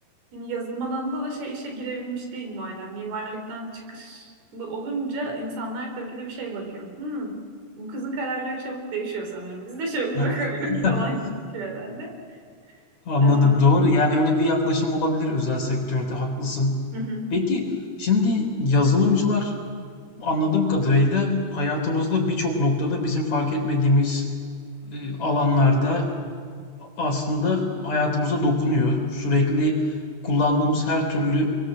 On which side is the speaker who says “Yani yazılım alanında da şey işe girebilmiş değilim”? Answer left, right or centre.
Right